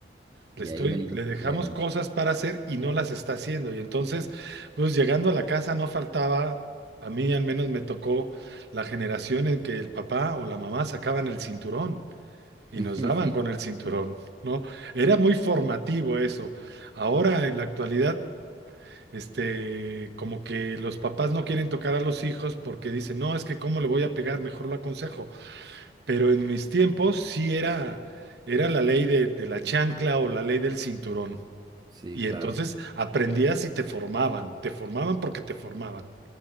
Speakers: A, on the right; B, on the right.
A: Le,
B: y
A: estoy,
B: ahí venía el
A: le dejamos
B: problema.
A: cosas para hacer y no las está haciendo. Y entonces, pues llegando a la casa no faltaba, a mí al menos me tocó la generación en que el papá o la mamá sacaban el cinturón y
B: <laughs>
A: nos daban con el cinturón, ¿no? Era muy formativo eso. Ahora en la actualidad, este, como que los papás no quieren tocar a los hijos porque dicen, no, es que cómo le voy a pegar, mejor lo aconsejo. Pero en mis tiempos sí era, era la ley de de la chancla o la ley del cinturón.
B: Sí,
A: Y
B: claro.
A: entonces aprendías y te formaban, te formaban porque te formaban.